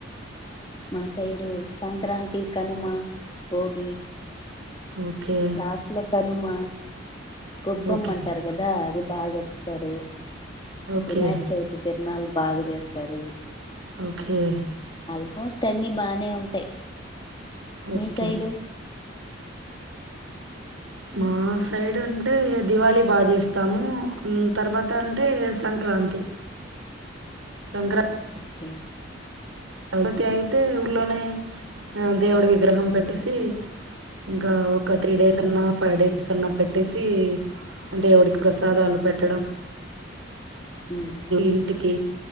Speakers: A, on the left; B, on the right.
A: మా సైడు సంక్రాంతి కనుమ బోగి
B: ఓకే
A: లాస్ట్ లో కనుమ గోబ్బమ్
B: ఓకే
A: అంటారు కదా అది బాగా చెస్తరు
B: ఓకే
A: వినాయక చవితి కునలు బాగా చేస్తారు
B: ఓకే
A: ఆల్మోస్ట్ అన్ని బానే ఉంటాయి
B: ఓకే
A: మీ సైడు
B: మా సైడ్ అంటే దివాళి బా చేస్తాము హ్మ్ తర్వాత అంటే సంక్ క్రాంతి సంక్రా
A: ఓకే
B: గపతి అయితే ఊళ్లోనే ఆ దేవుడి విగ్రహం పెట్టేసి ఇంకా ఒక త్రీ డేస్ అన్నా ఫైవ్ డేస్ అన్నా పెట్టేసి దేవుడికి ప్రసాదాలు పెట్టడం
A: ఉమ్
B: ఇంటికి